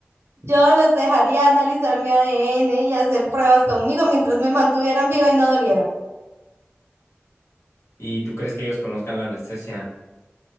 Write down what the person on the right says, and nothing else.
Yo los dejaría analizar mi ADN y hacer pruebas conmigo mientras me mantuvieran viva y no doliera.